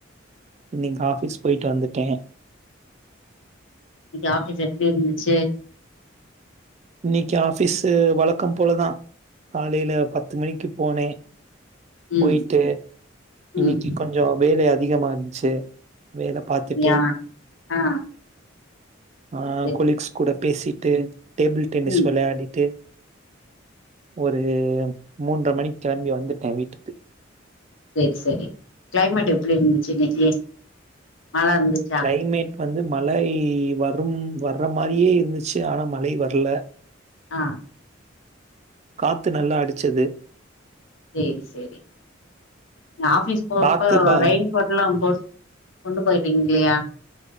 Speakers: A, on the right; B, on the left.
A: இன்னைக் ஆஃபிஸ் போயிட்டு வந்துட்டே
B: இன்னைக்கு ஆஃபிஸ் எப்டி இருந்துச்சு?
A: இன்னைக்கு ஆபீஸ் வழக்கம்போலதா காலைல பத்து மணிக்கு போனே
B: ம்
A: போயிட்டு இன்னைக்கி
B: ம்
A: கொஞ்சோ வேலை அதி அதிகமா இருந்ச்சு வேல பாத்துட்டு
B: யா ஆ
A: ஆ,
B: சரி
A: கொலீக்ஸ் கூட பேசி ட்டு டேபிள் டென்னிஸ்
B: ம்
A: விளையாடிட்டு ஒரு மூன்ற மணிக் கெளம்பி வந்துட்டே வீட்டுக்கு
B: சரி சரி க்ளைமேட் எப்படி இருந்துச்சு இன்னைக்கு மழ இருந்துச்சா
A: கிளைமேட் வந்து மழை வரும் வர்ற மாரியே இருந்துச்சு ஆனா மழை வரல
B: ஆஹ்
A: காத்து நல்லா அடிச்சது
B: சேரிசேரி ஆஃபீஸ் போறப்ப
A: காத்து பா
B: ரெயின் கோட் எல்லா போட் கொண்டு போயறீங்கையா